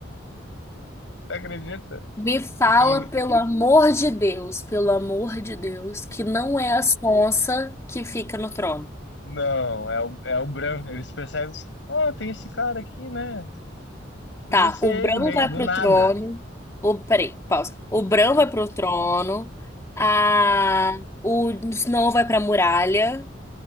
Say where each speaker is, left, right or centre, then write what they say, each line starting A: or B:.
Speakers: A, on the left; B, on the left.
A: Você acredita?
B: Me fala,
A: E quem.
B: pelo amor de Deus, pelo amor de Deus, que não é a Sonsa que fica no trono.
A: Não, é o, é o Bran. Eles percebem. Ah, tem esse cara aqui, né? Podia
B: Tá,
A: ser
B: o Bran
A: ele o rei.
B: vai
A: Do
B: pro
A: nada.
B: trono. O, peraí,
A: Do-
B: pausa. O Bran
A: Aham,
B: vai pro trono. A,
A: aham,
B: o Snow vai pra muralha.